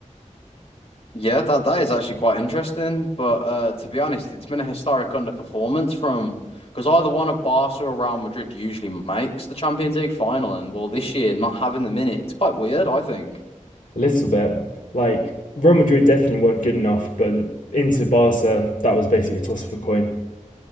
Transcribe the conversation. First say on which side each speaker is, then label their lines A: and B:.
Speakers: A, on the left (about 50°); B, on the left (about 75°).
A: Yeah, that that is actually quite interesting. But uh, to be honest, it's been a historic underperformance from because either one of Barca or Real Madrid usually makes the Champions League final, and well, this year not having them in it, it's quite weird, I think.
B: a little bit. Like Real Madrid definitely weren't good enough, but into Barca, that was basically a toss of a coin.